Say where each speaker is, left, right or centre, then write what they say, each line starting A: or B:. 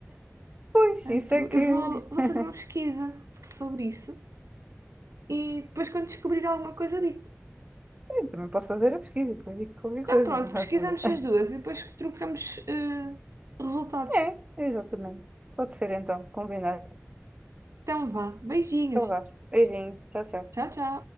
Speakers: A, on the right (about 25°); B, on the right (about 70°).
A: Pois,
B: Portanto,
A: isso é que
B: eu vou,
A: eu
B: vou fazer uma pesquisa sobre isso e depois, quando descobrir alguma coisa, digo.
A: também posso fazer a pesquisa e depois digo qualquer
B: Então,
A: coisa.
B: pronto,
A: <laughs>
B: pesquisamos
A: Olha.
B: as duas e depois trocamos eh, resultados.
A: É, exatamente. Pode ser então, combinado.
B: Então, vá. Beijinhos.
A: Então vá. Beijinho, tchau, tchau.
B: Tchau, tchau.